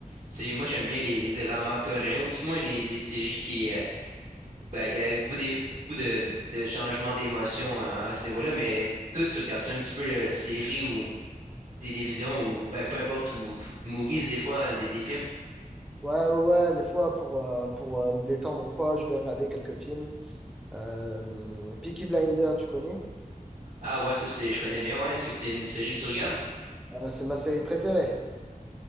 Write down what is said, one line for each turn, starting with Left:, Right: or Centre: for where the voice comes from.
Right: sais, moi, j'aime bien les, les dramas coréens, ou du moins les, les séries qui, euh, ben, il y a beaucoup, d'é- beaucoup de, de changements d'émotions à, à ce niveau-là, mais toi, tu regardes-tu un petit peu le série ou télévision ou, ben, peu importe, ou f- movies, des fois, des, des films?
Centre: Ouais, ouais, ouais, des fois, pour, euh, pour euh, me détendre ou quoi, je vais regarder quelques films. Euh, Peaky Blinder, tu connais?
Right: Ah ouais, ça, c'est, je connais bien, ouais. Est-ce que c'est une série que tu regardes?
Centre: Euh, c'est ma série préférée.